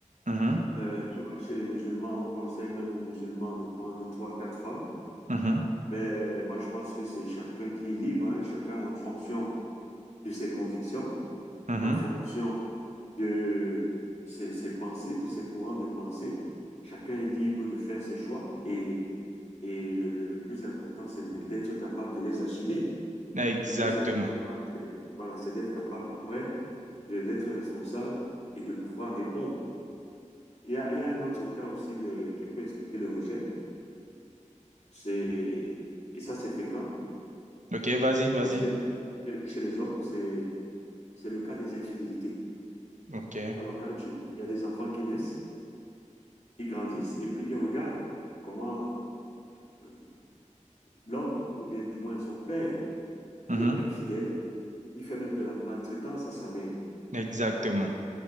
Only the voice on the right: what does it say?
Mhm,
mhm,
mhm.
Exactement.
OK, vas-y, vas-y.
OK.
Mhm,
Exactement.